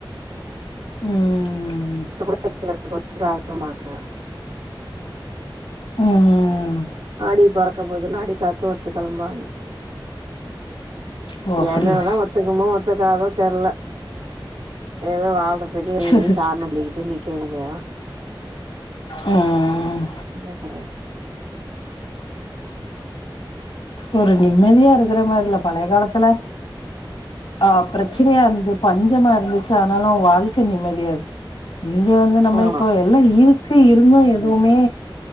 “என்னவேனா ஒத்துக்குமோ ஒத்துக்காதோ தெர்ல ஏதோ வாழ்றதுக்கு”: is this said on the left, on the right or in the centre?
Right